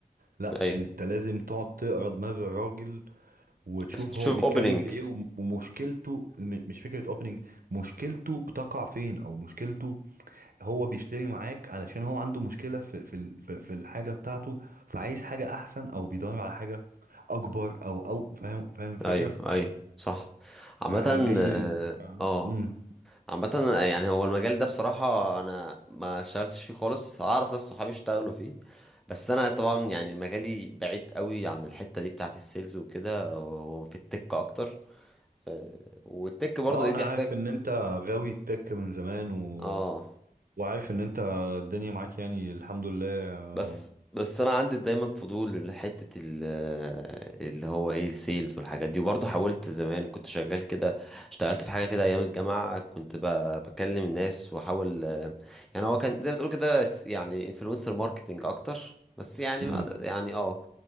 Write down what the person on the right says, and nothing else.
لا
انت لازم تقعد تقرا دماغ الراجل وتشوف
هو بيتكلم
في ايه وم- ومشكلته م- مش فكرة اوبننج مشكلته بتقع فين او مشكلته هو بيشتري معاك علشان هو عنده مشكلة في في ال- في في الحاجة بتاعته فعايز حاجة احسن او بيدور على حاجة اكبر او او فاهم فاهم الفكرة
ع- جاي
ع-
مم.
اه
انا
عارف ان انت غاوي التك من زمان و...
وعارف ان انت الدنيا معاك يعني الحمد لله آه،
مم.